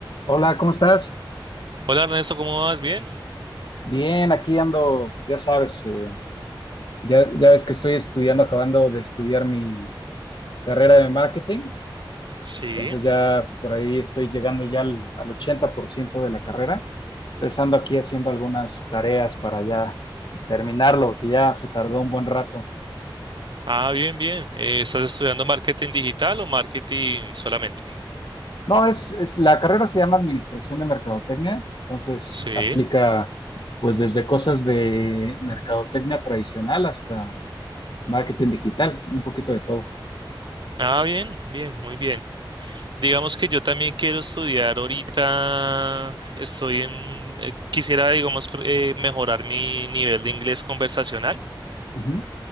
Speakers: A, on the left; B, on the right.
A: Hola, ¿cómo estás?
B: Hola Ernesto, ¿cómo vas? ¿Bien?
A: Bien, aquí ando, ya sabes, eh, ya, ya ves que estoy estudiando, acabando de estudiar mi carrera de marketing,
B: Sí.
A: entonces ya por ahí estoy llegando ya al, al 80% de la carrera, entonces ando aquí haciendo algunas tareas para ya terminarlo, porque ya se tardó un buen rato.
B: Ah, bien, bien. Eh, ¿estás estudiando marketing digital o marketing solamente?
A: No, es, es, la carrera se llama Administración de Mercadotecnia, entonces
B: Sí.
A: aplica pues desde cosas de mercadotecnia tradicional hasta marketing digital, un poquito de todo.
B: Ah, bien, bien, muy bien. Digamos que yo también quiero estudiar ahorita, estoy en, eh, quisiera, digamos, pr- eh, mejorar mi nivel de inglés conversacional.
A: Ujú.